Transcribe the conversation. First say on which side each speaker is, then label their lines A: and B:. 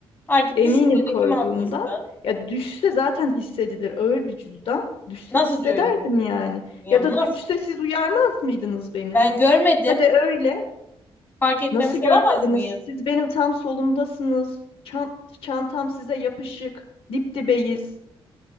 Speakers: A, on the left (about 20°); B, on the left (about 70°).
A: Artık
B: Eminim
A: düşünce
B: koyduğumdan.
A: de kim aldıysa.
B: Ya düşse zaten hissedilir. Ağır bir cüzdan. Düşse
A: Nasıl
B: hissederdim
A: da öyle?
B: yani.
A: Ya
B: Ya da
A: nasıl?
B: düşse siz uyarmaz mıydınız beni?
A: Ben görmedim.
B: Hadi öyle.
A: Fark etmemiş
B: Nasıl görmediniz?
A: olamaz mıyım?
B: Siz benim tam solumdasınız. Çan- çantam size yapışık. Dip dibeyiz.